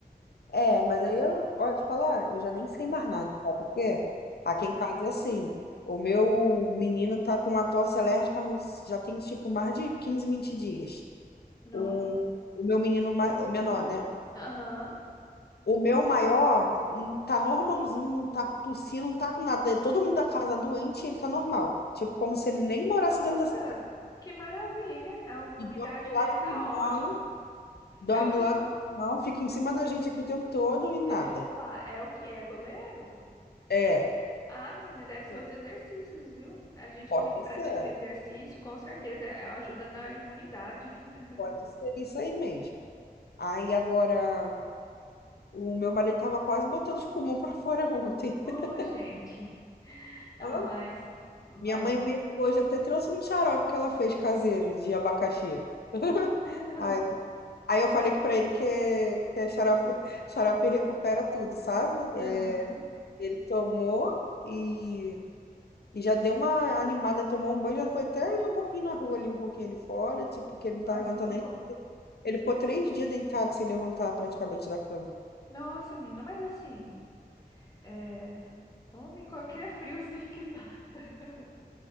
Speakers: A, on the left; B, on the left.
A: É, mas aí eu, ó, te falar, eu já nem sei mais nada, sabe por quê? Aqui em casa é assim, o meu menino tá com uma tosse alérgica não s- já tem tipo mais de 15, 20 dias.
B: Nossa.
A: O, o meu menino, ma- o menor, né?
B: Aham.
A: O meu maior hum, tá normalzinho, não tá tossindo, não tá com nada. É Todo mundo da casa doente e ele tá normal. Tipo, como se ele nem morasse
B: Nossa,
A: dentro dessa...
B: que maravilha! A imunidade
A: E dorme do lado
B: dele tá
A: do irmão,
B: ótima.
A: dorme
B: É o que
A: do lado do irmão, fica em cima da gente aqui o tempo todo e nada.
B: Deixa eu te falar, é o que é goleiro?
A: É,
B: Ah, menina, deve ser
A: Sim.
B: os exercícios, viu? A gente
A: pode
B: que pratica
A: ser.
B: exercício, com certeza, é- ajuda na imunidade. <laughs>
A: Pode ser isso aí mesmo. Aí agora, o meu marido tava quase botando os pulmões pra fora ontem.
B: Oh,
A: <laughs>
B: gente. Ah,
A: Ó,
B: mas, mas.
A: Minha mãe veio aqui hoje, até trouxe um xarope que ela fez caseiro de abacaxi. <laughs>
B: <laughs>
A: Aí, aí eu falei que pra ele que, que é xarope, <laughs> xarope recupera tudo, sabe? É,
B: Aham.
A: ele tomou e, e já deu uma animada, tomou um banho, já foi até ali um pouquinho na rua, ali um pouquinho ali fora, tipo, porque ele não
B: Nossa,
A: tava aguentando
B: que bom.
A: nem. Ele ficou três dias deitado sem levantar praticamente da cama.
B: Nossa, menina, mas assim, é... homem, qualquer <laughs> friozinho que passa. <laughs>